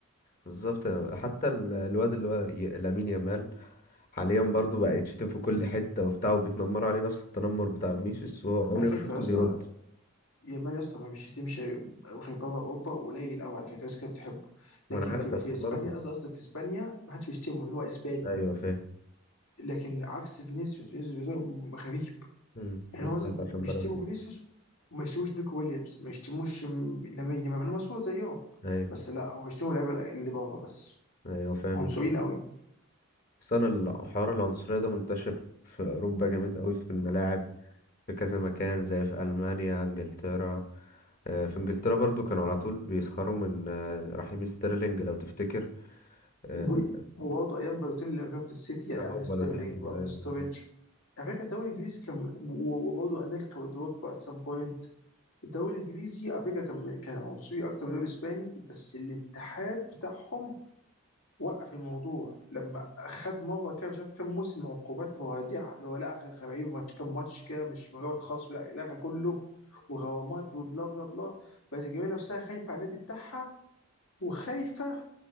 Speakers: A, on the left; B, on the left.
A: بالظبط حتى ال- الواد اللي هو ي- لامين يامال حاليا برضو بقى يتشتم في كل حته وبتاع وبيتنمروا عليه نفس التنمر بتاع فينيسيوس وهو عمري
B: على فكره
A: ما شفته
B: يا اسطى
A: بيرد
B: يامال يا اسطى ما بيشتمش غير بره اوروبا قليل قوي على فكره الناس كانت بتحبه
A: ما
B: لكن
A: انا عارف
B: في
A: بس
B: في اسبانيا
A: برضو
B: قصدي قصدي في اسبانيا ما حدش بيشتمه لان هو اسباني
A: ايوه فاهم
B: لكن عكس فينيسيوس فينيسيوس غريب
A: مم.
B: يعني
A: بالظبط
B: هو مثلا
A: عشان
B: بيشتموا
A: برازيل
B: فينيسيوس وما يشتموش نيكو ويليامز ما يشتموش م- لامين يامال لما مسؤول زيهم
A: ايوه
B: بس لا هو بيشتموا اللعيبه اللي بره بس
A: ايوه فاهم
B: عنصريين
A: الفكره
B: قوي
A: بس انا الحوار العنصريه ده منتشر في اوروبا جامد قوي في الملاعب في كذا مكان زي في ألمانيا انجلترا آه، في انجلترا برضو كانوا على طول بيسخروا من آه، رحيم ستيرلينج لو تفتكر اه
B: و- وبرضه ايام بالوتيلي لما كان في السيتي يعني
A: آه،
B: قبل
A: بالوتيلي
B: ستيرلينج وقبل
A: ايوه
B: ستورج
A: بالظبط
B: على فكره الدوري الانجليزي كان و- و- وبرضه انيلكا ودروجبا ات سام بوينت الدوري الانجليزي على فكره كان كان عنصري اكتر من الدوري الاسباني بس الاتحاد بتاعهم وقف الموضوع لما خد مره كده مش عارف كام موسم عقوبات رادعه اللي هو لغى غريب ماتش كام ماتش كده مش مجرد خصم لا لغى كله وغرامات وبلا بلا بلا بس الجماهير نفسها خايفه على النادي بتاعها وخايفه